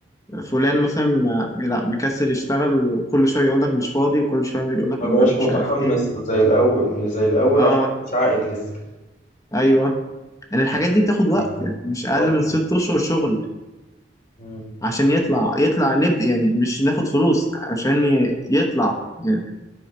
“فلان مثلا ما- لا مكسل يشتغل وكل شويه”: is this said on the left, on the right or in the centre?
Left